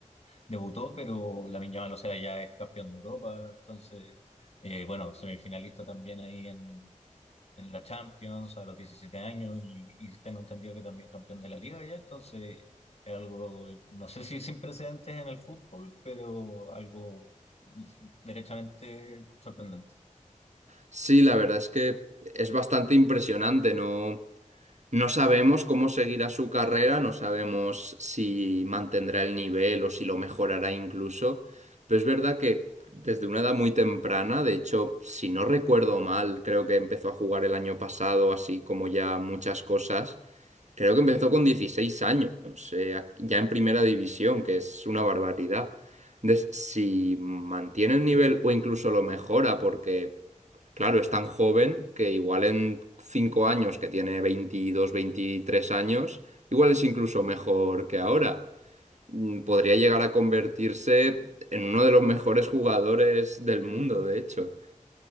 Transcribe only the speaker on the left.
debutó, pero la Yamal, o sea, ya es campeón de Europa, entonces, eh, bueno, semifinalista también ahí en, en la Champions a los 17 años y, y tengo entendido que también campeón de la Liga ya, entonces es algo, eh, no sé si sin precedentes en el fútbol, pero algo derechamente sorprendente.